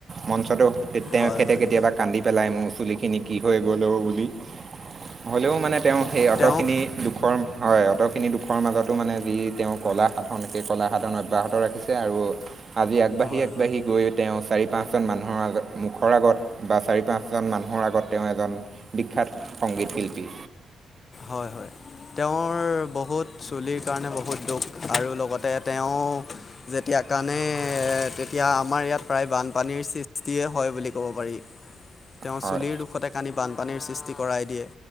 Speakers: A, on the right (about 50°); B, on the left (about 45°).
A: মঞ্চতো তেখেতে
B: হয় হয়
A: কেতিয়াবা কান্দি পেলাই মোৰ চুলি খিনি কি হৈ গ'ল অ বুলি। হ'লেও মানে তেওঁ সেই অট'খিনি
B: তেওঁক
A: দুখৰ হয় অট'খিনি দুখৰ মাজতো মানে তেওঁ কলা সাধনকে কলা সাধন অব্যাহত ৰাখিছে আৰু আজি আগবাঢ়ি
B: হয়
A: আগবাঢ়ি
B: হয়
A: গৈ তেওঁ চাৰি, পাঁচজন মানুহৰ আগত মুখৰ আগত বা চাৰি পাঁচজন মানুহৰ আগত তেওঁ এজন বিখ্যাত সংগীত শিল্পী।
B: হয়, হয়। তেওঁৰ বহুত চুলিৰ কাৰণে বহুত দুখ আৰু লগতে তেওঁ যেতিয়া তাৰ কাৰণে তেতিয়া আমাৰ ইয়াত প্ৰায় বানপানীৰ সৃষ্টিয়ে হয় বুলি ক'ব পাৰি। তেওঁ
A: হয়
B: চুলিৰ দুখতে কানি বানপানীৰ সৃষ্টি কৰাই দিয়ে।